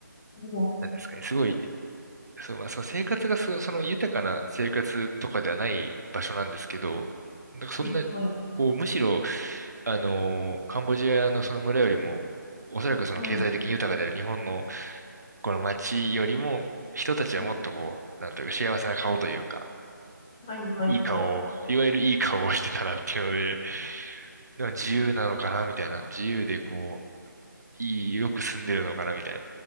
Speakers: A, in the centre; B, on the right.
A: うん、
B: なんですかね、すごいそう、まあ、その生活がそ、その豊かな生活とかではない場所なんですけど、なんかそんな、
A: はい、はい、
B: こう、むしろ、あのーカンボジアのその村よりも、おそらくその経済的に豊かである日本の
A: はい、
B: この街よりも、人たちはもっとこう、
A: うん、
B: なんというか幸せな顔というか、
A: はい、はい、
B: いい顔を、
A: はい。
B: いわゆるいい顔をしてたなっていうので、なんか自由なのかなみたいな、自由でこう、いい、よく住んでるのかなみたいな、